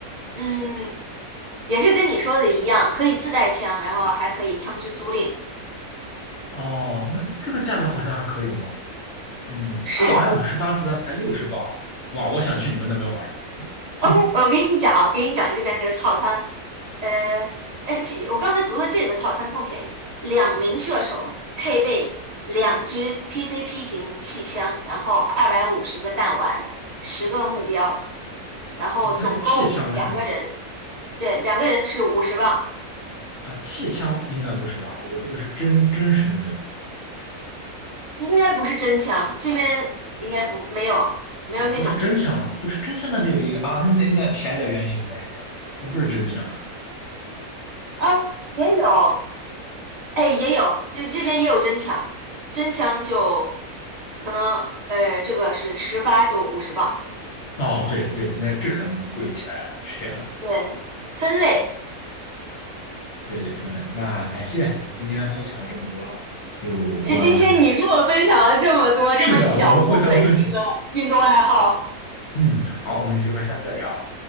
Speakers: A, on the right; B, on the left.
A: 嗯，也是跟你说的一样，可以自带枪，然后还可以枪支租赁。
B: 哦，那这个价格好像还可以哦。嗯，
A: 是呀，
B: 二百五十发子弹才六十磅，哇！我想去你们那边玩儿。
A: OK，
B: <laughs>
A: 我跟你讲啊，给你讲这边这个套餐，呃，哎，这我刚才读的这个套餐更便宜，两名射手配备两支 PCP 型气枪，然后二百五十个弹丸，十个目标，然后总共两个人，
B: 哦，它是气枪是吗？
A: 对，两个人是五十磅，
B: 啊，气枪应该不是吧？我说的是真真实的那个
A: 应该不是真枪，这边应该不没有没有那种真枪
B: 啊，不是真枪，不是真枪，那就有一个啊，那那那便宜的原因应该是这样，它不是真枪。
A: 啊，也有哎，也有，这这边也有真枪，真枪就可能，呃，这个是十发就五十磅，
B: 哦，对对，那这可能就贵起来了，是这样的。
A: 对，分类的。
B: 对对，分类。那感谢你今天分享了这么多有关。
A: 是今天你跟我分享了这么多，
B: 是的，
A: 这么小众的一个运动爱好。
B: 我们互相分享。嗯，好，我们有机会下次再聊。